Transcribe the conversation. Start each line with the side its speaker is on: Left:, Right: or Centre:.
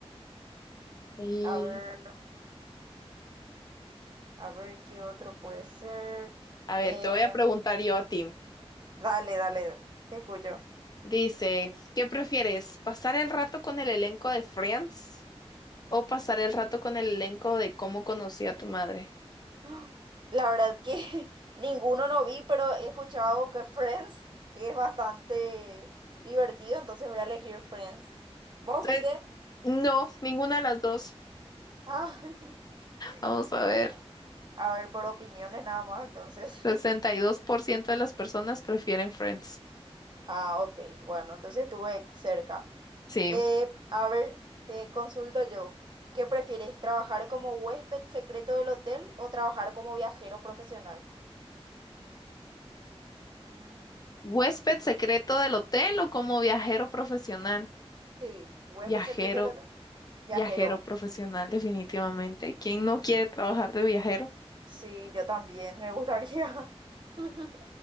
Left: y
Right: a ver, a ver qué otro puede ser.
Left: A ver,
Right: Eh,
Left: te voy a preguntar yo a ti.
Right: dale, dale, te escucho.
Left: Dice, ¿qué prefieres? ¿Pasar el rato con el elenco de Friends o pasar el rato con el elenco de Cómo conocí a tu madre?
Right: <gasps> ¡Ah! La verdad que <laughs> ninguno no vi, pero he escuchado que Friends es bastante divertido, entonces voy a elegir Friends. ¿Vos
Left: Entonces,
Right: viste?
Left: no, ninguna de las dos.
Right: Ah, <laughs>
Left: Vamos a
Right: y
Left: ver.
Right: bueno, a ver, por opiniones nada más, entonces.
Left: 62%
Right: <laughs>
Left: de las personas prefieren Friends.
Right: Ah, ok, bueno, entonces estuve cerca.
Left: Sí.
Right: Eh, a ver, te consulto yo. ¿Qué prefieres, trabajar como huésped secreto del hotel o trabajar como viajero profesional? Mm,
Left: ¿Huésped secreto del hotel o como viajero profesional?
Right: sí, huésped
Left: Viajero,
Right: secreto del hotel. Viajero.
Left: viajero profesional, definitivamente. ¿Quién no quiere trabajar de viajero?
Right: Sí, yo también, me gustaría <laughs>